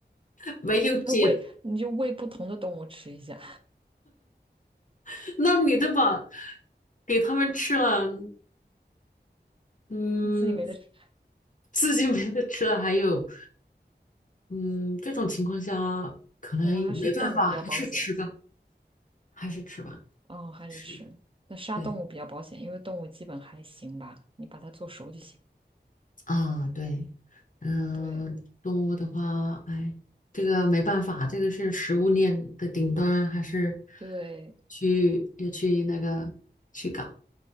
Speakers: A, on the left (about 45°); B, on the right (about 30°).
A: <laughs> 没有解。
B: 那喂，你就喂不同的动物吃一下，
A: <laughs> 那你都把给它们吃了，嗯，
B: <laughs> 你自己没得吃，
A: 自己没得吃了，还有，嗯，这种情况下嗯没办法，
B: 可能还是动物比较保险。
A: 还是吃吧，还是吃吧，
B: 哦，还是吃。
A: 就是
B: 那杀动物比较保险，
A: 对
B: 因为动物基本还行吧，你把它做熟就行。
A: 啊，对，嗯、
B: 对。
A: 动物的话，哎，这个没办法，这个是食物链的顶端，还是
B: 对，
A: 去要去那个去搞。